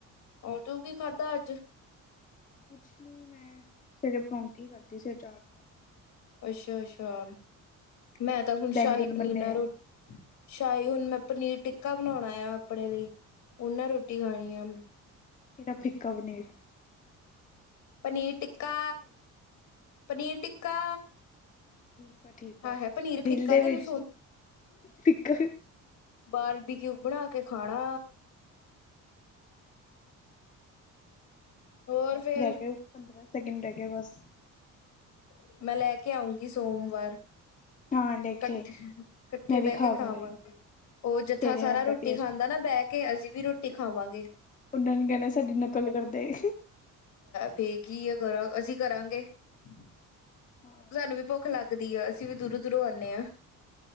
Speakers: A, on the left; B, on the left.
A: ਉਦੋਂ ਵੀ ਖਾਦਾ ਅੱਜ
B: ਕੁਛ ਨਹੀਂ ਮੈਂ ਸਵੇਰੇ ਪਾਰੋਂਠੀ ਖਦੀ ਸੀ ਅਚਾਰ ਨਾਲ
A: ਅੱਛਾ ਅੱਛਾ ਮੈਂ ਤਾਂ ਹੁਣ
B: ਬੈਂਗਣ
A: ਸ਼ਾਹੀ ਪਨੀਰ
B: ਬਣੇ
A: ਨਾਲ
B: ਆ
A: ਰੋਟੀ, ਸ਼ਾਹੀ ਹੁਨ ਮੈ ਪਨੀਰ ਟਿੱਕਾ ਬਣਾਉਣਾ ਆ ਆਪਣੇ ਲਈ ਉਹਨਾਂ ਰੋਟੀ ਖਾਣੀ ਆ
B: ਕਿਹੜਾ ਫਿਕਾ ਬਣਿਆ
A: ਪਨੀਰ ਟਿੱਕਾ ਪਨੀਰ ਟਿੱਕਾ
B: ਠੀਕ ਆ ਠੀਕ ਆ
A: ਆਹ ਹੈ ਪਨੀਰ
B: ਗ੍ਰਿਲ
A: ਫਿੱਕਾ
B: ਦੇ
A: ਤੇ
B: ਵਿੱਚ
A: ਲਸਣ
B: ਫਿੱਕਾ
A: ਬਾਰਬੀ ਕਿਊ ਬਣਾ ਕੇ ਖਾਣਾ ਹੋਰ
B: ਬਸ
A: ਫੇਰ
B: ਰਹੇ ਗਏ ਪੰਦਰ ਦਿਨ ਲੇਕਿਨ ਰਹਿ ਗਿਆ ਬਸ
A: ਨਹੀਂ ਮੈਂ ਲੈ ਕੇ ਆਉਂਗੀ ਸੋਮਵਾਰ
B: ਹਾਂ ਲੈ
A: ਇਕੱਠੇ
B: ਕੇ ਆਈ ਮੈਂ
A: ਬਹਿ
B: ਵੀ
A: ਕੇ
B: ਖਾ ਲੂੰਗੀ
A: ਖਾਵਾਂਗੇ ਉਹ ਜੱਥਾ
B: ਤੇਰੇ
A: ਸਾਰਾ
B: ਹੱਥ ਦਾ
A: ਰੋਟੀ
B: ਟੇਸਟ
A: ਖਾਂਦਾ
B: ਕਰੂੰਗੀ
A: ਨਾ ਬਹਿ ਕੇ ਅਸੀਂ ਵੀ ਰੋਟੀ ਖਾਵਾਂਗੇ
B: ਮੁੰਡੇ ਨੇ ਕਹਿਣਾ ਸਾਡੀ ਨਕਲ ਕਰਦੇ
A: ਤੇ ਕੀ ਅਸੀਂ ਕਰਾਂਗੇ ਤੁਹਾਨੂੰ
B: ਹਾਂ
A: ਵੀ ਭੁੱਖ ਲੱਗ ਕਦੀ ਅਸੀਂ ਵੀ ਦੂਰੋਂ ਦੂਰੋਂ ਆਉਂਦੇ ਆਂ